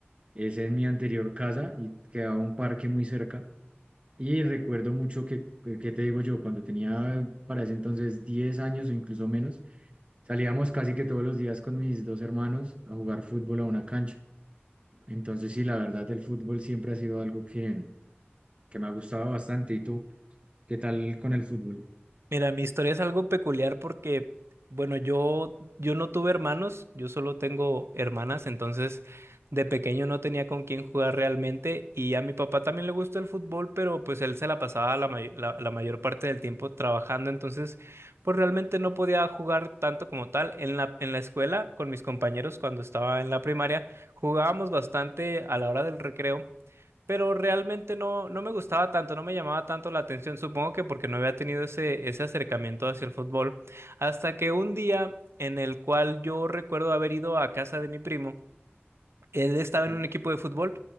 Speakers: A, on the right; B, on the right.
A: es en mi anterior casa y quedaba un parque muy cerca. Y recuerdo mucho que, que- ¿qué te digo yo? Cuando tenía para ese entonces 10 años o incluso menos, salíamos casi que todos los días con mis dos hermanos a jugar fútbol a una cancha. Entonces, sí, la verdad, el fútbol siempre ha sido algo que, que me ha gustado bastante. ¿Y tú? ¿Qué tal con el fútbol?
B: Mira, mi historia es algo peculiar porque, bueno, yo, yo no tuve hermanos, yo solo tengo hermanas, entonces de pequeño no tenía con quién jugar realmente y a mi papá también le gusta el fútbol, pero pues él se la pasaba la, may- la, la mayor parte del tiempo trabajando, entonces pues realmente no podía jugar tanto como tal. En la, en la escuela, con mis compañeros cuando estaba en la primaria, jugábamos bastante a la hora del recreo pero realmente no, no me gustaba tanto, no me llamaba tanto la atención, supongo que porque no había tenido ese, ese acercamiento hacia el fútbol, hasta que un día en el cual yo recuerdo haber ido a casa de mi primo, él estaba
A: Sí.
B: en un equipo de fútbol